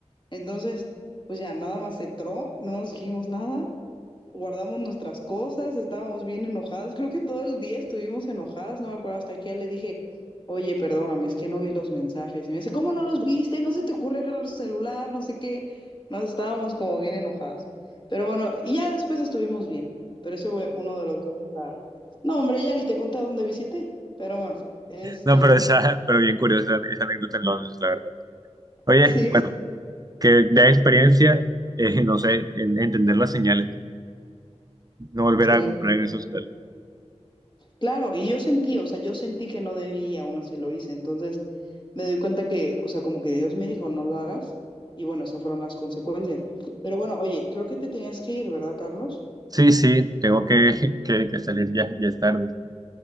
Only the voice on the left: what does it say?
Entonces, pues ya nada más entró, no nos dijimos nada, guardamos nuestras cosas, estábamos bien enojadas, creo que todo el día estuvimos enojadas, no me acuerdo hasta qué le dije, oye, perdóname, es que no vi los mensajes. Y me dice, ¿cómo no los viste? No se te ocurre agarrar tu celular, no sé qué. Nos estábamos como bien enojadas. Pero bueno, y ya después estuvimos bien, pero ese fue uno de los viajes a... No, hombre, ya ni te conté a dónde visité, pero bueno, este,
sí,
sí,
Claro, y yo sentí, o sea, yo sentí que no debía, aún así lo hice. Entonces me doy cuenta que, o sea, como que Dios me dijo, no lo hagas. Y bueno, esas fueron las consecuencias. Pero bueno, oye, creo que te tenías que ir, ¿verdad, Carlos?